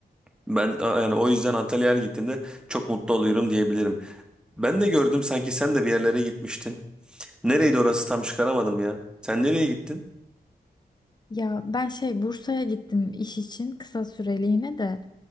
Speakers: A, in the centre; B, on the left.
A: Ben a- yani o yüzden Antalya'ya her gittiğimde çok mutlu oluyorum diyebilirim. Ben de gördüm sanki sen de bir yerlere gitmiştin. Nereydi orası tam çıkaramadım ya. Sen nereye gittin?
B: Ya ben şey Bursa'ya gittim iş için kısa süreliğine de.